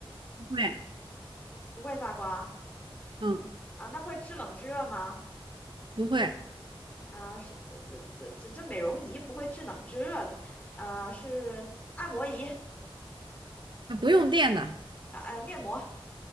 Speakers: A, on the right; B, on the left.
A: 不会，
B: 不会发光
A: 嗯，
B: 啊，那会制冷制热吗？
A: 不会，
B: 啊，是这这这这美容仪不会制冷制热，呃，是按摩仪，啊
A: 啊不用电的，
B: 呃，面膜，<laughs> 啊，